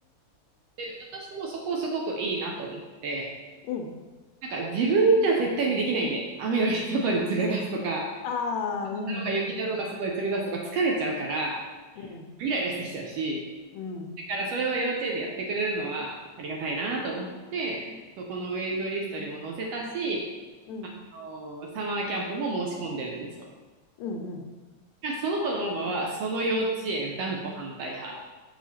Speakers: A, on the right; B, on the left.
A: で、私もそこすごくいいなと思って、
B: うん。
A: なんか自分じゃ絶対にできないんで、雨の日外に連れ出すとか、
B: ああ、うん、
A: 雪だろうが雪だろうが外に連れ出すとか疲れちゃうから、
B: うん、うん、
A: イライラしてきちゃうし、
B: うん、
A: だからそれを幼稚園でやってくれるのはありがたいなと思って、そこのウェイトリストにも載せたし、
B: うん、
A: あのサマーキャンプも申し込んでるんですよ。
B: うん、うん。
A: その子のママはその幼稚園断固反対派。